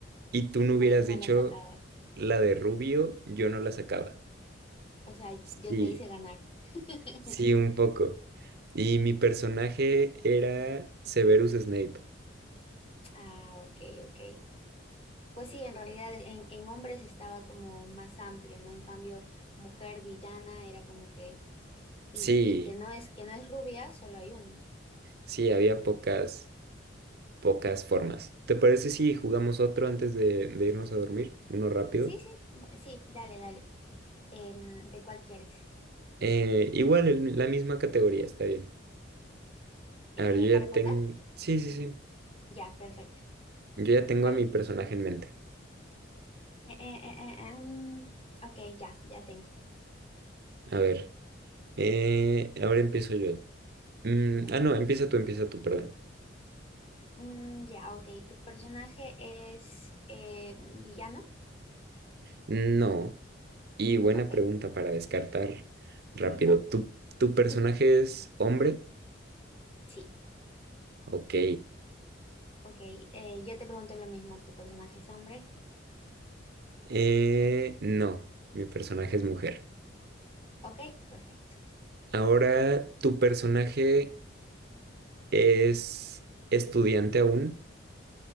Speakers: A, on the right; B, on the left.
A: y tú no
B: No,
A: hubieras
B: no
A: dicho
B: la sacabas.
A: la de Rubio, yo no la sacaba.
B: O sea,
A: Sí,
B: yo te hice ganar. <laughs>
A: sí, un poco. Y mi personaje era Severus Snape.
B: Ah, ok, ok. Pues sí, en realidad en, en hombres estaba como más amplio, ¿no? En cambio, mujer villana era como que, y,
A: Sí,
B: y que y que no es, que no es rubia, solo hay una.
A: sí, había pocas, pocas formas. ¿Te parece si jugamos otro antes de, de irnos a dormir? Uno rápido.
B: Sí, sí, bu- sí, dale, dale. Em, ¿de cuál quieres?
A: Eh, igual, el- la misma categoría, está bien.
B: Eh,
A: A ver, yo ya
B: ¿Harry Potter?
A: tengo... Sí, sí, sí.
B: Ya, perfecto.
A: Yo ya tengo
B: Dale.
A: a mi personaje en mente.
B: Eh, eh, eh, eh, em, ok, ya, ya tengo.
A: A ver, eh, ahora empiezo yo. Mm,
B: Dale.
A: ah, no, empieza tú, empieza tú, perdón.
B: Mm, ya, ok. ¿Tu personaje es eh, villano?
A: No. Y buena
B: Ok,
A: pregunta para descartar rápido.
B: mitad.
A: ¿Tu, tu
B: <laughs>
A: personaje es hombre?
B: Sí,
A: Ok.
B: ok. eh, yo te pregunto lo mismo, ¿tu personaje es hombre?
A: Eh, no, mi personaje es mujer.
B: Ok, perfecto.
A: Ahora, ¿tu personaje es estudiante aún?